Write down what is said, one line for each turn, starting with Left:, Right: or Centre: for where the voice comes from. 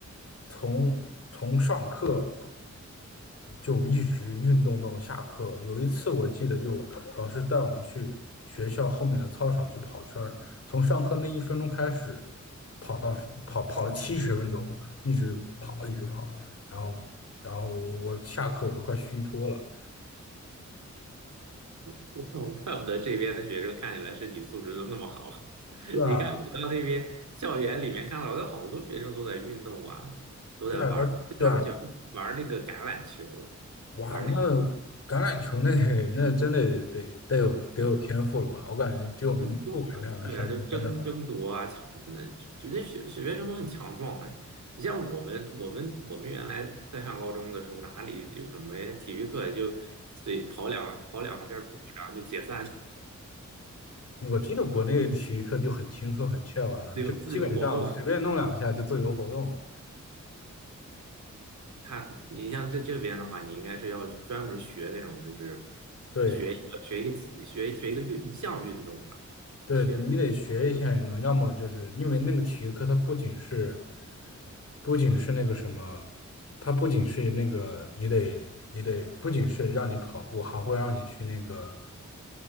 Left: 从从上课就一直运动到下课。有一次我记得，就老师带我们去学校后面的操场去跑圈儿，从上课那一分钟开始，跑到跑跑了七十分钟，一直跑一直跑，然后然后我下课我都快虚脱了。
Right: <laughs> 我怪不得这边的学生看起来身体素质都那么好。<laughs>
Left: 对啊，
Right: 你看，我到那边校园里面看到有好多学生都在运动啊，都在玩儿他们喜欢玩儿那个橄榄球，
Left: 对啊，而对啊，哇，
Right: 玩儿那
Left: 那橄榄球那得那真得得得有得有天赋了吧？
Right: 个。
Left: 我感觉只有穆伟那样的身材才能玩。
Right: 那就啊，对啊，就争争夺啊，抢的，人家学学学生都很强壮啊。你像我们，我们我们原来在上高中的时候，哪里有什么体育课，也就随跑两跑两遍步，然后就解散，自
Left: 我记得国内体育课就很轻松很 chill 啊，
Right: 由自由活动。
Left: 就基本上随便弄两下就自由活动了。
Right: 他，你像这这边的话，你应该是要去专门学那种，就是
Left: 对，
Right: 学一个学一个技学学一个运一项运动吧，
Left: 对对，
Right: 学或者什么
Left: 你得学一下运动，要么就是因为那个体育课，它不仅是，不仅是那个什么，它不仅是那个，你得你得不仅是让你跑步，还会让你去那个